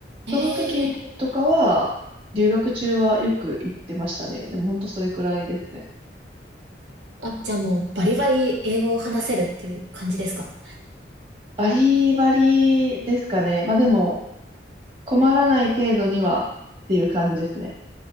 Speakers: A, on the right; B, on the right.
A: ええ
B: その時とかは、留学中はよく行ってましたね。でも本当それくらいですね。
A: あ、じゃあもうバリバリ英語を話せるっていう感じですか
B: バリバリですかね。まあでも、困らない程度にはっていう感じですね。